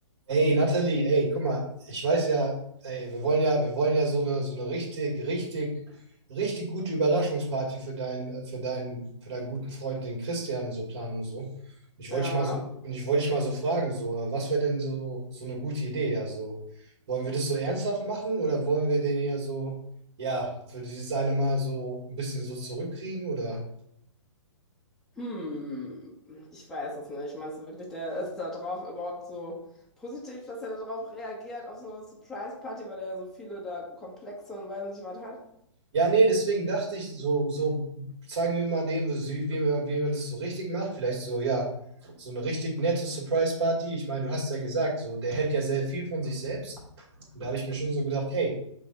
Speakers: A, on the right; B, in the centre.
A: Ey, Natalie, ey, guck mal, ich weiß ja, ey, wir wollen ja, wir wollen ja so eine, so eine richtig, richtig, richtig gute Überraschungsparty für deinen, äh, für deinen, für deinen guten Freund, den Christian, so planen und so. Ich wollte
B: Ja,
A: dich mal so, und ich wollte dich mal so fragen, so, äh, was wäre denn so, so eine gute Idee? Also, wollen wir das so ernsthaft machen oder wollen wir den eher so, ja, für dieses eine Mal so ein bisschen so zurückkriegen oder?
B: hm, ich weiß es nicht. Meinst du wirklich, der ist da drauf überhaupt so positiv, dass er darauf reagiert, auf so eine Surprise-Party, weil er ja so viele da Komplexe und weiß nicht was hat?
A: Ja, nee, deswegen dachte ich, so, so zeigen wir mal dem, wie, wie, man- wie man das so richtig macht. Vielleicht so, ja, so eine richtig nette Surprise-Party. Ich meine, du hast ja gesagt, so, der hält ja sehr viel von sich selbst. Und da habe ich mir schon so gedacht, hey,